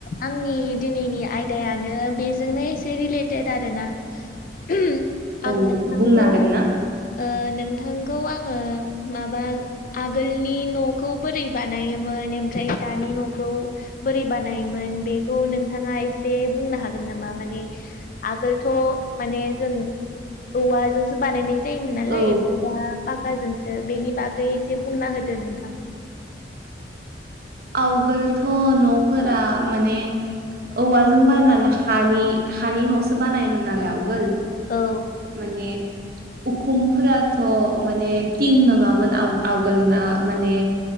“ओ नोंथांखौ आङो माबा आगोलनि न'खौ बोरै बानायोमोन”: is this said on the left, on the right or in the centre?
Left